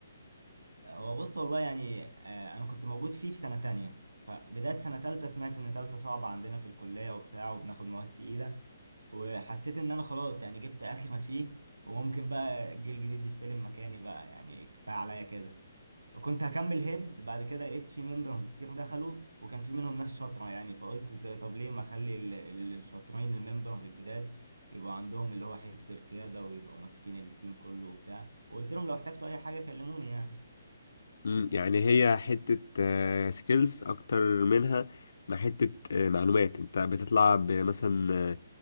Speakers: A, on the right; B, on the left.
A: هو بص والله يعني آه، انا كنت موجود فيه في سنة تانية فبداية سنة تالتة سمعت ان تالتة صعبة عندنا في الكلية وبتاع وبناخد مواد تقيلة وحسيت ان انا خلاص يعني جبت اخر ما فيه وممكن بقى الجيل الجديد يستلم مكاني بقى يعني كفاية عليا كده وكنت هكمل هيد بعد كده لقيت في ممبرز كتير دخلوا وكان في منهم ناس شاطرة يعني فقلت ز- طب ليه ما اخلي ال- الشاطرين الممبرز الجداد يبقوا عندهم اللي هو حتة القيادة ويبقوا ماسكين التيم كله وبتاع وقلت لهم لو احتجتوا اي حاجة كلموني يعني
B: مم، يعني هي حتة سكيلز أكتر منها ما حتة آه، معلومات أنت بتطلع بمثلا